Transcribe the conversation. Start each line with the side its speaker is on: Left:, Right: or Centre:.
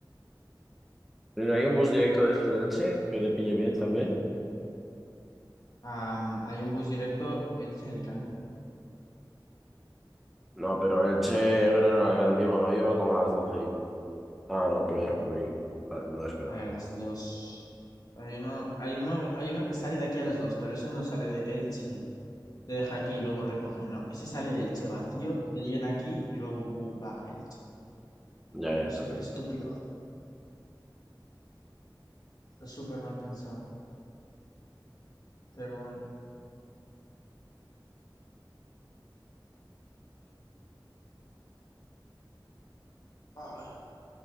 Centre: ¿No ¿Hay un bus directo de esos de Elche que te pille bien también?
Left: am, hay un bus directo Elche-Alicante.
Centre: No, pero Elche, Granada, Gandigo, no hay uno como a las 12 y... Ah, no, pero ya
Left: No,
Centre: fue muy... ah, No, espero.
Left: a las dos. Hay uno, hay uno, hay uno que sale de aquí a las dos, pero ese no sale de Elche te deja aquí y luego recoge. No, ese sale del Che vacío, te llena aquí y luego bu- va el Che.
Centre: Ya, ya,
Left: Es
Centre: ya.
Left: súper estúpido, está súper mal pensado, pero bueno. Ay.